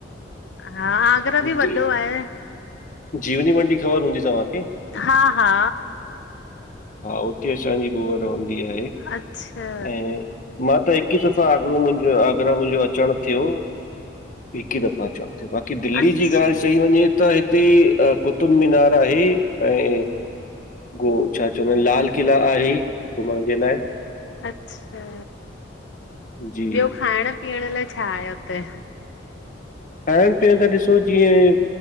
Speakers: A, on the left; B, on the left.
A: हा, आगरा
B: हुते
A: बि वॾो आहे।
B: जीवनी मंडी ख़बर हूंदी तव्हांखे?
A: हा, हा।
B: हा उते असांजी बुआ रहंदी आहे।
A: अच्छा
B: ऐं मां त हिकु हिकु ई दफ़ा आगरो मुंहिंजो आगरा मुंहिंजो अचणु थियो। हिकु ई दफ़ा अचणु थियो बस। की दिल्ली
A: अच्छा
B: जी ॻाल्हि चई वञे त हिते, कुतुब मीनार आहे ऐं गो छा चवंदा आहिनि? लाल किला आहे। घुमण जे लाइ।
A: अच्छा,
B: जी
A: ॿियो खाइण पीअण लाइ छा आहे हुते?
B: खाइण- पीअण जो ॾिसो जीअं